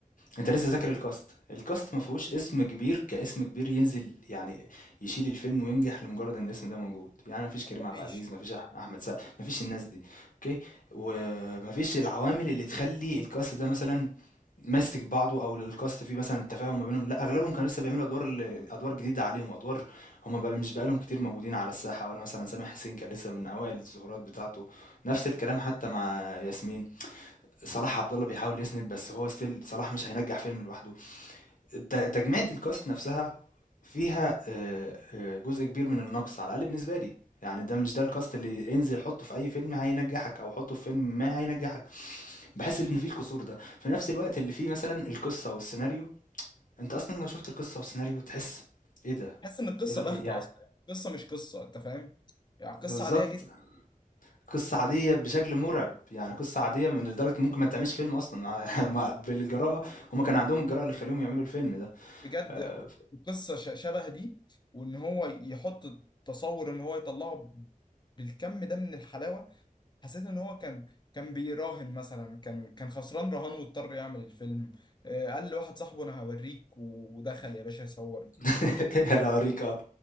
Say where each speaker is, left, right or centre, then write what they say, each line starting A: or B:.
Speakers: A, on the left; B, on the left.
A: انت لسه ذاكر الكاست الكاست ما فيهوش اسم كبير كاسم كبير ينزل يعني يشيل الفيلم وينجح لمجرد ان الاسم ده موجود يعني ما فيش كريم
B: مفيش
A: عبد العزيز ما فيش أح- احمد سقا ما فيش الناس دي اوكي وما فيش العوامل اللي تخلي الكاست ده مثلا ماسك بعضه او الكاست فيه مثلا التفاهم ما بينهم لا اغلبهم كانوا لسه بيعملوا ادوار ال- ادوار جديده عليهم وادوار هم بقى مش بقالهم كتير موجودين على الساحه ولا مثلا سامح حسين كان لسه من اوائل الظهورات بتاعته نفس الكلام حتى مع ياسمين صلاح عبد الله بيحاول يسند بس هو ستيل صلاح مش هينجح فيلم لوحده ت- تجميعة الكاست نفسها فيها آه، آه، جزء كبير من النقص على الأقل بالنسبة لي يعني ده مش ده الكاست اللي انزل حطه في اي فيلم هينجحك او حطه في فيلم ما هينجحك بحس ان فيه الكسور ده في نفس الوقت اللي فيه مثلا القصة والسيناريو انت اصلا لو شفت القصة والسيناريو تحس ايه ده
B: حاسس ان القصه
A: إيه ال-
B: باهته
A: إيه يعني
B: اصلا يعني القصه مش قصه انت فاهم يعني قصه
A: بالظبط
B: عاديه جدا
A: قصة عادية بشكل مرعب يعني قصة عادية من لدرجة ممكن ما تعملش فيلم أصلا <laughs> مع- مع- بالجراءة هما كان عندهم الجراءة اللي يخليهم يعملوا الفيلم ده
B: بجد
A: آآ
B: قصه ش- شبه دي وان هو يحط تصور ان هو يطلعه بالكم ده من الحلاوه حسيت ان هو كان كان بيراهن مثلا كان كان خسران رهان واضطر يعمل الفيلم آه، قال لواحد صاحبه انا هوريك ودخل يا باشا يصور
A: <laughs>
B: انت فاهم
A: أنا هاورّيك آه،